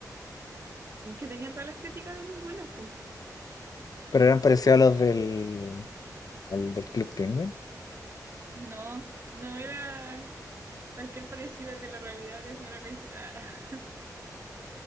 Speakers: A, on the right; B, on the left.
A: que tenía toda la estética de pingüinos, pues.
B: Pero eran parecidos a los del, al del Club Penguin.
A: No, no era cualquier parecido con la realidad, es mera coincidencia. <laughs>